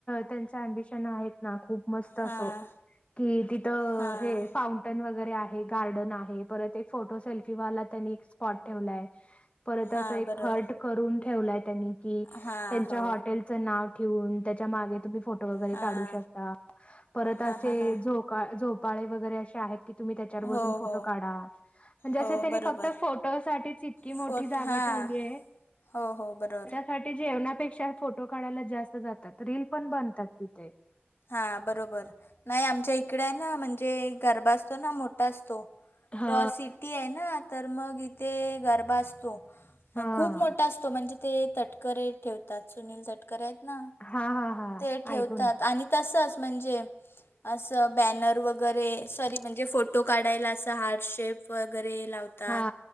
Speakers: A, on the left (about 30°); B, on the left (about 70°).
A: त्यांच अम्बिशन आहेत ना खूप मस्त असो
B: हां
A: कि तिथं
B: हां
A: हे फाउं गन वगैरे आहे गार्डन आहे परत एक फोटो सेल्फी वाला त्यांनी एक स्पॉट ठेवलाय. परत
B: हां
A: अस एक
B: बरोबर
A: हट करून ठेवलाय त्यांनी कि
B: हां
A: त्यांच्या
B: हो
A: हॉटेल नाव ठेवून त्याच्या माग तुम्ही फोटो वगैरे
B: हां
A: काढू शकता परत असे
B: हां हां हां
A: झोका झोपाळे वगैरे असे आहेत की तुम्ही त्याच्यावर बसून
B: हो
A: फोटो
B: हो
A: काढा. जसं
B: हो
A: त्यांनी
B: बरोबर
A: फक्त फोटो साठीच इतकी मोठी
B: फोट
A: जागा
B: हां
A: ठेवली आहे.
B: हो हो बरोबर
A: ट जेवणापेक्षा फोटो काढायला जास्त जातात रील पण बनतात तिथे
B: हा बरोबर नाही आमच्या इकडे आहे ना म्हणजे गरबा असतो ना मोठा असतो.
A: हा
B: रॉ सिटी आहे ना तर मग इथे गरबा असतो
A: हा
B: खूप मोठा असतो. तो म्हणजे ते तटकरे ठेवतात सुनील तटकरे आहेत ना
A: हा हा
B: ते ठेवतात
A: ऐकून आहे
B: आणि तसंच म्हणजे असं बॅनर वगैरे सॉरी म्हणजे फोटो काढायला असं हार्डशेप वगैरे लावत. तात
A: हा